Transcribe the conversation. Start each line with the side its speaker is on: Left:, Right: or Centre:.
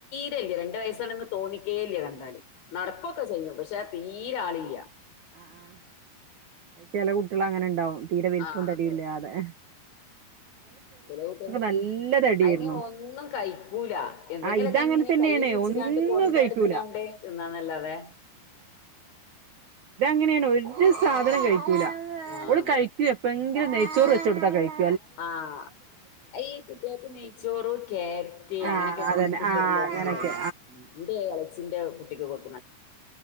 Left: രേയില്ല രണ്ട് വയസ്സാണ് തോന്നിക്കേല്ലാ കണ്ടാല് നടക്കൊക്കെ ചെയ്യും പക്ഷെ തീരാ ആളില്ലാ
Right: ആഹ് ആ ചില കുട്ടികൾ അങ്ങനെ ഇണ്ടാവും തീരെവൽപ്പവും
Left: ആഹ്
Right: തടിയില്ലാതെ
Left: അതെ ചില കൂട്ട
Right: നല്ല തടിയായിരുന്നു
Left: അതിനെ ഒന്നും കഴിക്കൂല എന്തെങ്കിലുമൊക്കെ
Right: ആ ഇതങ്ങനെ
Left: ഇങ്ങനെ
Right: തന്നെയാണ്
Left: കയ്യെ കുടിച്ച
Right: ഒന്നും
Left: കാണ്ട് കൊണ്ടടന്ന്
Right: കഴിക്കൂല
Left: കാണ്ട് എന്നാന്നല്ലാതെ
Right: ഇങ്ങനെയ ഒരു സാധനം കഴി ഇല്ല
Left: ആഹ്
Right: അവള്
Left: അതെ
Right: കഴിക്ക എപ്പങ്കിലു ചോറ് വെച്ച് കൊടുത്ത കഴിക്കു
Left: ആഹ ഈ കുട്ടികൾക്ക് നെയ്ച്ചോറ കാരറ്റ്
Right: ആഹ്
Left: അങ്ങനെൊക്കെ ഇട്ടണ്ട്
Right: അതന്നെ
Left: കൊടുക്കുന്നത്
Right: ആഹ് അങ്ങനൊക്കെ
Left: നല്ലതാണ് എന്റെ ഇളച്ചിന്റെ കുട്ടിക്ക് കൊടു